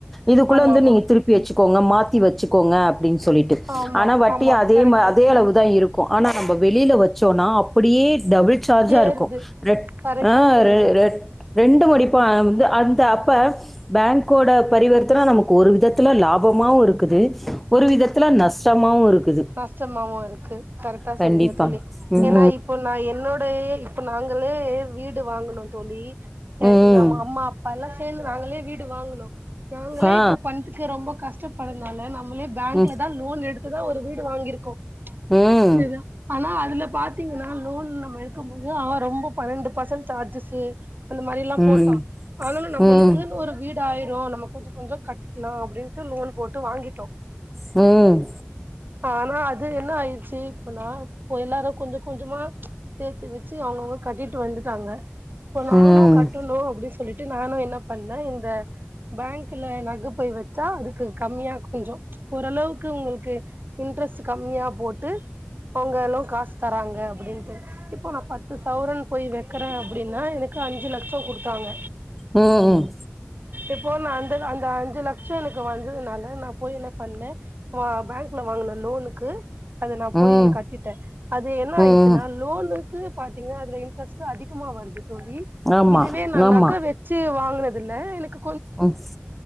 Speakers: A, in the centre; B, on the right (about 50°).
A: இதுக்குள்ள
B: ஆமா
A: வந்து
B: ஆமா
A: நீங்க திருப் பி வச்சிக்கோங்க மாத்தி வச்சிக்கோங்க அப்டின் சொல்லிட்டு
B: ஆமா
A: ஆனா வட்டி
B: ஆமா
A: அதே
B: கரெக்ட்
A: மா அ ளவுதா இருக்கு ஆனா நம்ம வெளியில வச்சோனா அப்படியே டபுள் சார்ஜா
B: ஏறுது
A: இருக்கு ரெ
B: கரெக்டா சொ
A: ரெ ரெட் ரெண்டு மடிப்பா வந்து அந்த அப்ப பேங்க்கோட பரிவர்த்தன நமக்கு ஒரு விதத்துல லாபமாவுருக் குது ஒரு விதத்துல நஷ்டமாவு இருக்குது
B: கஷ்டமாவு இருக்கு கரெக்டா
A: கண்டிப்பா
B: சொல்லுங்க தோழி
A: ம்
B: ஏனா இப்போ நா என்னோ பயே இப்ப நாங்களே வீடு வாங்குனோ தோழி எ
A: ம் ம்
B: எங்க மம்மாப் பாயெலா சேந்து நாங்களே வீடு வாங்குனோ நாங்களே
A: ஆ
B: இப்போ பண்துக்கு ரொம்ப கஷ்டப்படுறனால நா மளே பேங்க்லதா
A: ம்
B: லோன் எடுத்துதா ஒரு வீடு வாங்கிருக்கோ
A: ம்
B: திதா ஆனா அதுல பாத் தீங்கனா லோன் நம்ம எடுக்கம் ஆ ரொம்ப பன்னென்டு பர்சன்ட் சார்ஜஸு அந்த மாரில்லா
A: ம் ம்
B: போட்டா
A: ம்
B: அதனால நம்முளுக்குன்னு
A: ம்
B: ஒரு வீடு ஆயிடு நம்ம கொஞ்ச கொஞ்ச கட்டிக்கலா அப்பிடின்னு பர்சனல் லோன் போட்டு வாங்கிட்டோ
A: ம்
B: ஆனா அது என்ன ஆயிடுச்சு இப்பனா இ எல்லாரு கொஞ்ச கொஞ்சமா சேத்து வச்சு அவுங்க அவுங்க கட்டிட்டு வந்துட்டாங்க இப்ப நானு
A: ம்
B: கட்டணு அப்பிடி சொ சொல்லிட்டு நானு என்ன பண்ணே இந்த பேங்க்ல நகை போய் வச்சா அதுக்கு கம்மியா கொஞ்ச ஓரளவுக்கு உங்களுக்கு இன்ட்ரெஸ்ட் கம்மியா போட்டு அவுங்களோ காசு தராங்க அப்பிடின்ட்டு இப்போ நா பத்து சௌரன் போய் வெக்கறை அப்பிடின்னா எனக்கு அஞ்சு லட்ச குடுத்தாங்க
A: ம் ம்
B: இப்போ நா அந்த அந்த அஞ்சு லட்ச எனக்கு வந்ததுனால நா போய் என்ன பண்ண ஆ பேங்க்ல வாங்கின லோனுக்கு அத நா போய்
A: ம்
B: கட்டிட்டே அது என்ன ஆயிடுச்சுன்னா
A: ம்
B: லோனுக்கு பாத்தீங்கனா அதுல இன்ட்ரெஸ்டு அதிகமா வருது தோழி
A: ஆமா
B: இதுவே நா
A: ஆமா
B: நக வெ செயி வாங்கனதுல்ல எனக்
A: ம்